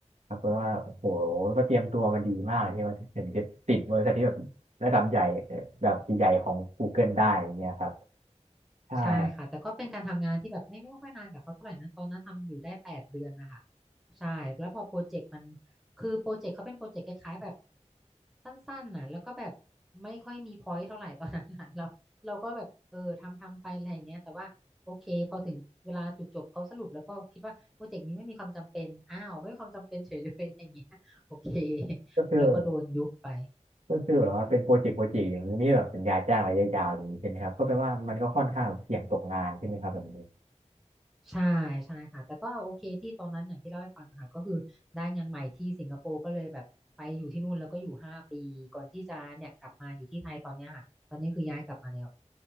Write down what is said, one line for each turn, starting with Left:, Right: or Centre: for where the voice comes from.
Right: ครับเพราะว่าโอ้โหก็เตรียมตัวมาดีมากใช่ไหมถึงจะติดบริษัทที่แบบระดับใหญ่เอ่อแบบใหญ่ของ Google ได้อย่างเงี้ยครับใช่ครับ
Centre: ใช่ค่ะแต่ก็เป็นการทำงานที่แบบไม่ไม่ค่อยนานกับเขาเท่าไหร่นะตอนนั้นทำอยู่ได้แปดเดือนนะคะใช่แล้วพอโปรเจกต์มันคือโปรเจกต์เขาเป็นโปรเจกต์คล้ายๆแบบสั้นๆน่ะแล้วก็แบบไม่ค่อยมีพอยต์เท่าไหร่ <laughs> ตอนนั้นน่ะเราเราก็แบบเออทำทำไปอะไรอย่างเงี้ยแต่ว่าโอเคพอถึงเวลาจุดจบเขาสรุปแล้วก็คิดว่าโปรเจกต์นี้ไม่มีความจำเป็นอ้าวไม่มีความจำเป็นเฉยเลยอะไรอย่างเงี้ยโอเค
Right: ก็คือ
Centre: แล้วก็โดนยุบไป
Right: ก็คือแบบว่าเป็นโปรเจกต์โปรเจกต์อย่างนี้แบบสัญญาจ้างระยะยาวอย่างนี้ใช่ไหมครับก็แปลว่ามันก็ค่อนข้างเสี่ยงตกงานใช่ไหมครับแบบนี้
Centre: ใช่ใช่ค่ะแต่ก็โอเคที่ตอนนั้นอย่างที่เล่าให้ฟังค่ะก็คือได้งานใหม่ที่สิงคโปร์ก็เลยแบบไปอยู่ที่นู่นแล้วก็อยู่ห้าปีก่อนที่จะเนี่ยกลับมาอยู่ที่ไทยตอนเนี้ยค่ะตอนนี้คือย้ายกลับมาแล้ว